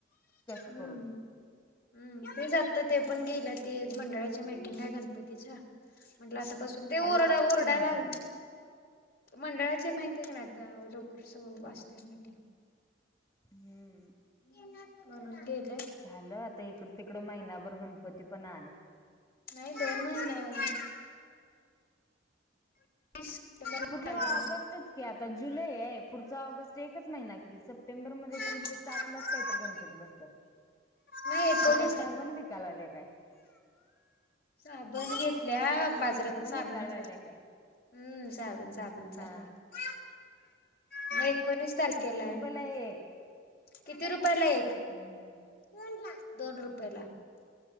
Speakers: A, on the left (about 20°); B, on the left (about 55°).
A: तसं
B: हम्म.
A: करू देत
B: हम्म तेच आता ते पण गेलं ते मंडळाची मीटिंग आहे गणपतीच्या. म्हटलं आता बसून ते
A: लांब
B: ओरडा
A: की
B: ओरडायला
A: गणपती
B: लागलं. मंडळाचे माहिती आहे का ना आता लवकर सगळं असत मीटिंग.
A: हम्म.
B: म्हणून गेल्यात.
A: झालं आता इकड तिकड महिनाभर गणपती पण आले.
B: नाही दोन महिने अजून. वीस सप्टेंबरला
A: कुठला
B: आहे.
A: ऑगस्टच की आता जुलै आहे पुढचा ऑगस्ट एकच महिना कि सप्टेंबर मध्ये
B: हम्म
A: तर च सातलाच काही तर गणपती बसतात
B: नाही एकोणीस
A: ती काय
B: आहेत.
A: साबण विकाय लागलीया काय?
B: साबण घेत इथल्या बाजाराता न साबण
A: विकायला
B: आणल्यात
A: आल्या काय
B: हम्म साबण साबण चालू
A: हा
B: हाय. म- एकोणीस तारखेला
A: किती रुपयाला
B: हाय.
A: एक
B: किती रुपयाला एक.
A: हम हम.
B: दोन ला दोन रुपये ला.